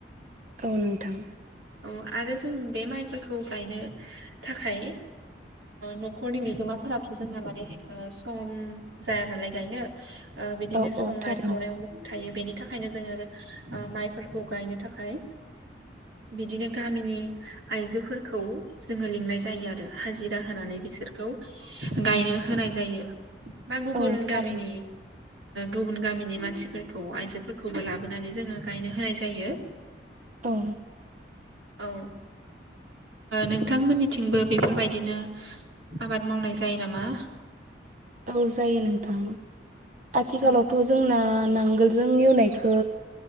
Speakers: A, on the right; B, on the right.
A: औ नोंथां।
B: औ आरो जों बे माइफोरखौ गायनो थाखाय न'खरनि बिगोमाफोराथ' जोंना माने सम जायानालाय गायनो बिदिनो
A: औ
B: संनाय
A: औ थारैनो
B: खावनायाव मुखुब थायो बेनि नि थाखायनो जोङो माइफोरखौ गायनो थाखाय बिदिनो गामिनि आइजोफोरखौ जोङो लिंनाय जायो आरो हाजिरा होनानै बिसोरखौ गायनो होनाय जायो। बा गुबुन
A: औ थारैनो
B: गामिनि गुबुन गामिनि मानसिफोरखौ आइजोफोरखौबो लाबोनानै जोङो गायनो होनाय जायो।
A: औ
B: औ नोंथांमोननिथिंबो बेफोरबायदिनो आबाद मावनाय जायो नामा?
A: औ जायो नोंथां। आथिखालावथ'
B: औ
A: जोंना नांगोलजों एवनायखौ